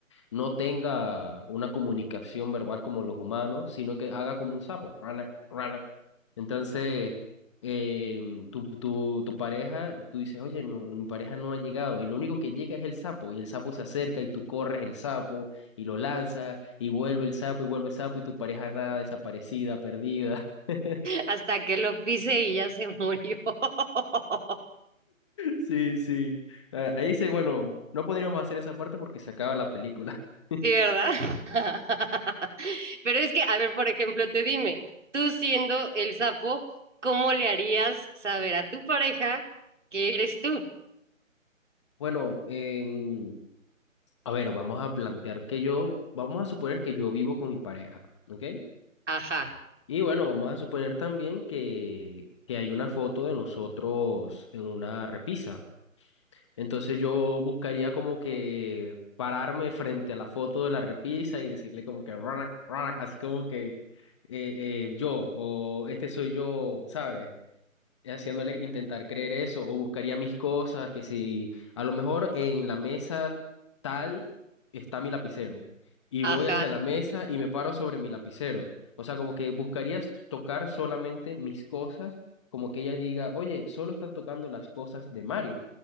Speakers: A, on the left; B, on the right.
A: no tenga una comunicación verbal como los humanos, sino que haga como un sapo. Rana, rana. Entonces, eh, tu, tu, tu pareja, tú dices, oye, no, mi pareja no ha llegado, y lo único que llega es el sapo, y el sapo se acerca y tú corres el sapo y lo lanzas, y vuelve el sapo y vuelve el sapo, y tu pareja nada, desaparecida, perdida. <laughs>
B: Hasta que lo pise y ya se murió. <laughs>
A: Sí, sí. Ah, Ahí dice, bueno, no podríamos hacer esa parte porque se acaba la película. <laughs>
B: Sí, ¿verdad? <laughs> Pero es que, a ver, por ejemplo, te dime, tú siendo el sapo, ¿cómo le harías saber a tu pareja que eres tú?
A: Bueno, em, a ver, vamos a plantear que yo, vamos a suponer que yo vivo con mi pareja, ¿ok?
B: Ajá,
A: Y bueno, vamos a suponer también que, que hay una foto de nosotros en una repisa. Entonces yo buscaría como que pararme frente a la foto de la repisa y decirle como que, "Ronak, ronak", así como que eh, eh, yo o este soy yo, ¿sabes? haciéndole intentar creer eso o buscaría mis cosas, que si a lo mejor en la mesa tal está mi lapicero y
B: ajá.
A: voy hacia la mesa y me paro sobre mi lapicero. O sea, como que buscarías tocar solamente mis cosas, como que ella diga, oye, solo está tocando las cosas de Mario.